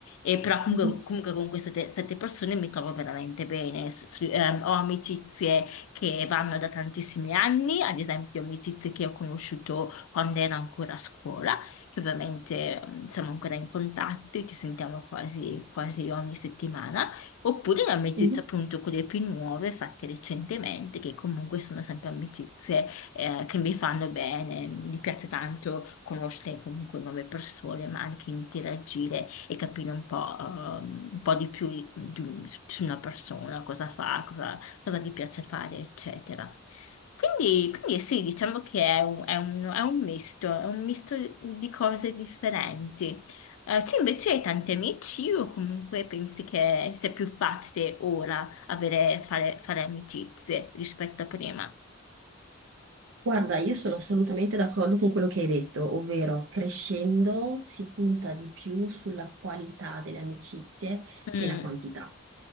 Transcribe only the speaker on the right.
Mhm.
Mhm.
Guarda, io sono assolutamente d'accordo con quello che hai detto, ovvero crescendo si punta di più sulla qualità delle amicizie
che la quantità.